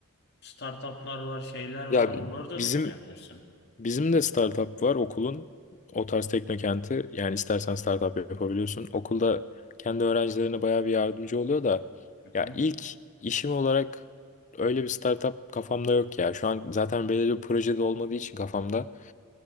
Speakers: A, on the left (about 50°); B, on the left (about 35°).
A: startuplar var, şeyler var.
B: Ya
A: Oraları da
B: bizim
A: düşünebilirsin.
B: Bizim de startup var okulun. O tarz teknokenti yani istersen startup yapabiliyorsun. Okulda kendi öğrencilerine bayağı bir yardımcı oluyor da
A: Hı
B: ya
A: hı.
B: ilk işim olarak öyle bir startup kafamda yok ya. Şu an zaten belirli bir projede olmadığı için kafamda